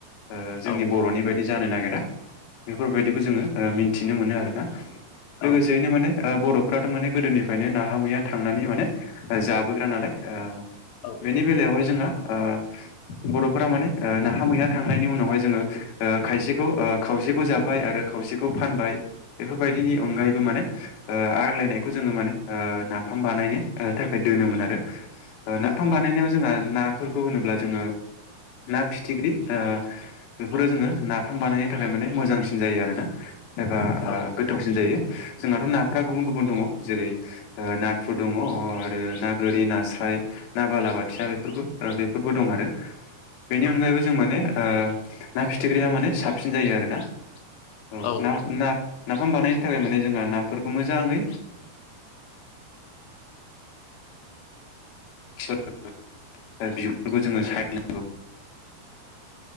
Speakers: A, on the left; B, on the left.
A: अ जोंनि
B: औ
A: बर'नि बायदि जानो नागिरा बेफोरबायदिखौ जोङो मिथिनो मोनो आरोना लोगोसेयैनो
B: औ
A: माने अ बरफ फोराथ' माने गोदोनिफ्रायनो नाहा मैया थांनानै माने जाबोग्रा नालाय आ
B: औ
A: बेनि बेलायावहाय जोंहा अ बर'फोरा माने अ नाहा मैया थांनायनि उनावहाय जोङो अ खायसेखौ अ खावसेखौ जाबाय आरो खावसेखौ फानबाय बेफोरबायदिनि अनगायैबो माने अ आग्लायनायखौ जोङो माने अ नाफाम बानायनो थाखाय दोनोमोन आरो अ
B: गोनां
A: नाफाम बानायनायाव जोंहा नाफोरखौ होनोब्ला जोङो ना फिथिख्रि अ बेफोराव जोङो नाफाम बानायनो थाखाय माने मोजांसिन जायो आरो ना एबा
B: औ
A: गोथावसिन जायो जोंनाथ' नाफ्रा गुबुन-गुबुन दङ जेरै नाथुर दङ अ आरो ना गोरि नास्राय ना बालाबाथिया बेफोरबो बेफोरबो दं आरो बेनि
B: औ
A: अनगायैबो जों माने ओ ना फिथिख्रिया माने साबसिन जायो आरोना औ
B: औ
A: ना ना नाफाम बानायनो थाखाय माने जोंहा नाफोरखौ मोजाङै बिफोरखौ बिफोरखौबो जोङो सायनांगौ